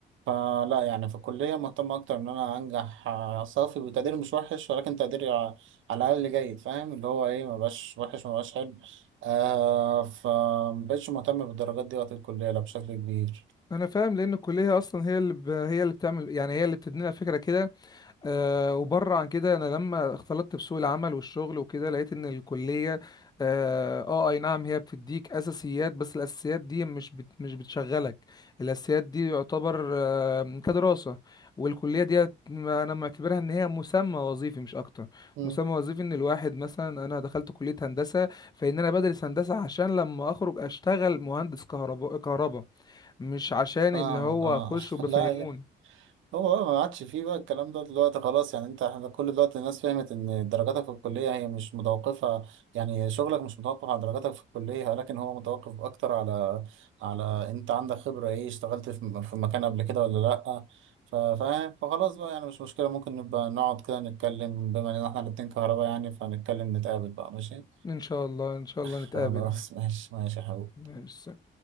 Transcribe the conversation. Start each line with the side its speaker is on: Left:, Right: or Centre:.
Right: فلا يعني في الكلية مهتم أكتر إن أنا أنجح آه، صافي وتقدير مش وحش ولكن تقديري ع- على الأقل جيد فاهم اللي هو إيه مبقاش وحش مبقاش حلو آه فمبقتش مهتم بالدرجات دي وقت الكلية لا بشكل كبير
Left: أنا فاهم لأن الكلية أصلا هي اللي ب... هي اللي بتعمل يعني هي اللي بتدينا فكرة كده آه، وبره عن كده انا لما اختلطت بسوق العمل والشغل وكده لقيت ان الكليه اه آه، اي نعم هي بتديك اساسيات بس الاساسيات دي مش بت مش بتشغلك الاساسيات دي يعتبر آه كدراسه والكليه دي انا معتبرها ان هي مسمى وظيفي مش اكتر
Right: مم.
Left: مسمى وظيفي ان الواحد مثلا انا دخلت كليه هندسه فان انا بدرس هندسه عشان لما اخرج اشتغل مهندس كهرباء كهرباء مش عشان
Right: اه
Left: اللي هو
Right: اه
Left: اخش وبفهموني
Right: <laughs> لا هو بقى ما عادش فيه بقى الكلام ده دلوقتي خلاص يعني انت احنا كل دلوقتي الناس فهمت ان درجاتك في الكلية هي مش متوقفة يعني شغلك مش متوقف على درجاتك في الكلية ولكن هو متوقف اكتر على على انت عندك خبرة ايه اشتغلت في في مكان قبل كده ولا لا ف- فاهم فخلاص بقى يعني مش مشكلة ممكن نبقى نقعد كده نتكلم بما ان احنا الاتنين كهرباء يعني فنتكلم نتقابل بقى ماشي
Left: ان شاء الله ان شاء الله
Right: خلاص
Left: نتقابل
Right: ماشي ماشي يا حبيبي
Left: مارس